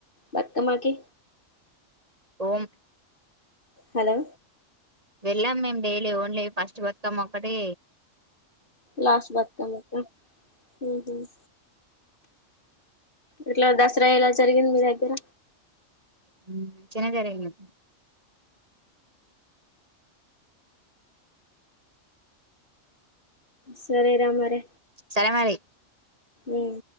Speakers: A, on the left; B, on the right.
A: బతుకమ్మ కి
B: ఉగా
A: హలో
B: వెళ్ళాం మేము డైలీ ఓన్లీ ఫస్ట్ బతుకమ్మ ఒక్కటి
A: లాస్ట్ బతుకమ్మ గా ఉమ్ ఇట్ల దసరా ఎలా జరిగింది మీ దగ్గర
B: ఉమ్ మంచిగానే జరిగినాయి
A: సరే రా మరి
B: సరే మరి
A: ఉమ్